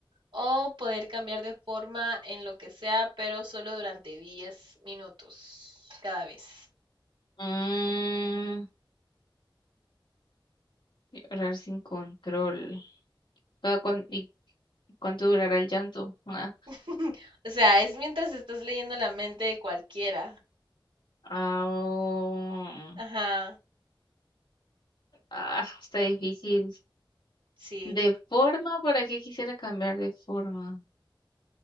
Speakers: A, on the right; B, on the left.
A: O poder cambiar de forma en lo que sea, pero solo durante 10 minutos cada vez.
B: Mm, llorar sin control. ¿Cada cuán- ¿Y cuánto durará el llanto? Ah,
A: <laughs> O sea, es mientras estás leyendo la mente de cualquiera.
B: ah, oh,
A: Ajá,
B: ah, está difícil.
A: sí.
B: De forma, ¿para qué quisiera cambiar de forma?